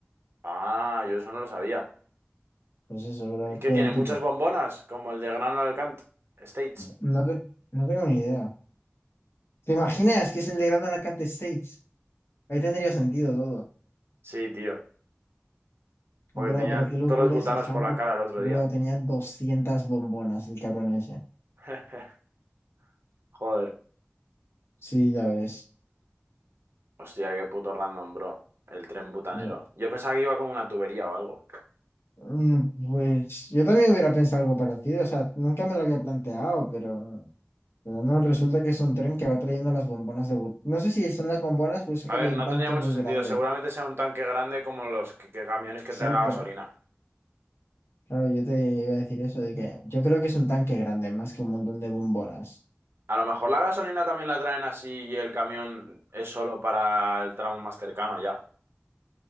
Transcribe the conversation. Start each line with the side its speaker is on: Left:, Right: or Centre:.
Right: Ah, yo eso no lo sabía.
Left: pues eso, bro,
Right: ¿Y qué
Left: todo
Right: tiene?
Left: épico.
Right: ¿Muchas bombonas? Como el de Gran Alcant States.
Left: No, te- no tengo ni idea. ¿Te imaginas que es el de Grand Alacante States? Ahí tendría sentido todo.
Right: Sí, tío. Porque
Left: Bro,
Right: tenía
Left: pero qué locura
Right: todos los butanos
Left: ese handbook.
Right: por la cara el otro
Left: Bro,
Right: día.
Left: tenía 200 bombonas el cabrón ese.
Right: <laughs> Joder.
Left: Sí, ya ves.
Right: Hostia, qué puto random, bro. El tren butanero.
Left: No.
Right: Yo pensaba que iba con una tubería o algo.
Left: Mm, Pues yo también hubiera pensado algo parecido. O sea, nunca me lo había planteado, pero, pero no, resulta que es un tren que va trayendo las bombonas de But. No sé si son las bombonas o es rollo
Right: A ver, no
Left: un tanque
Right: tendría mucho
Left: muy
Right: sentido.
Left: grande.
Right: Seguramente sea un tanque grande como los que- que camiones que
Left: Exacto.
Right: traen la gasolina.
Left: Claro, yo te iba a decir eso, de que yo creo que es un tanque grande, más que un montón de bombonas.
Right: A lo mejor la gasolina también la traen así y el camión es solo para el tramo más cercano, ya.